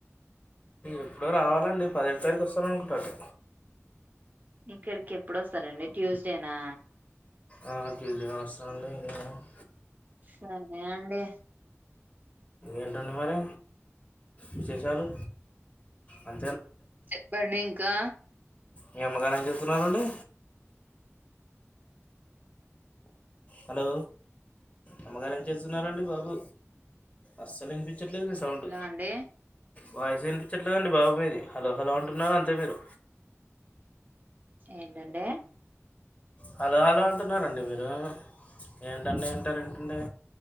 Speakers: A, on the left; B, on the right.
A: ఎప్పుడో రావాలండి పదిహేడు తారీఖు వస్తాను అనుకుంటటి
B: ఇక్కడికి ఎప్పుడొస్తారండి ట్యూస్డేనా
A: ఆ ట్యూస్డేనే వస్తానండి ఇంకా ఇడే ఉన్నా
B: సరే అండి
A: ఏంటండీ మరి విశేషాలు అం
B: చెప్పండి ఇంకా
A: మీ అమ్మగారు ఏం చేత్తున్నారండి హలో అమ్మగారు ఏం చేస్తున్నారండి బాబు అస్సలు విని పిచట్లేదు మీ సౌండ్
B: హలో అండి.
A: వాయిసే ఈనిపించట్లేదండి బాబు మీది హలో హలో అంటున్నారు అంతే మీరు
B: ఏంటండే
A: హలో హలో అంటున్నారండి మీరు ఏంటండి అంటారు ఏంటండి